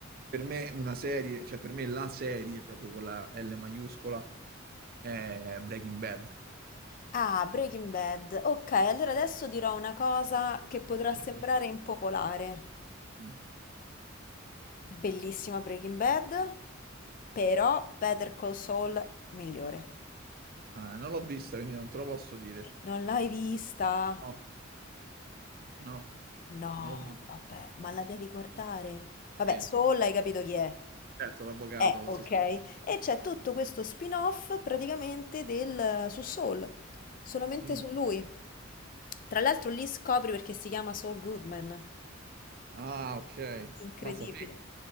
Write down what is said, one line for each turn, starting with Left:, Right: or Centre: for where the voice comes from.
Right: Per me una serie, cioè per me la serie, proprio con la L maiuscola, è Breaking Bad.
Left: Ah, Breaking Bad. Ok, allora adesso dirò una cosa che potrà sembrare
Right: Cioè,
Left: impopolare.
Right: mm.
Left: Bellissima Breaking Bad, però Better Call Saul migliore.
Right: Ah, non l'ho vista, quindi non te lo posso dire.
Left: Non l'hai vista?
Right: No, no,
Left: No,
Right: non l'ho vista.
Left: vabbè, ma la devi guardare. Vabbè,
Right: Sì.
Left: Saul hai capito chi è.
Right: Certo, l'avvocato,
Left: Eh, ok.
Right: sì, sì.
Left: E c'è tutto questo spin-off praticamente del, su Saul, solamente
Right: Mm.
Left: su lui. Tra l'altro lì scopri perché si chiama Saul Goodman.
Right: Ah, ok.
Left: Incredibile,
Right: Mazza figo,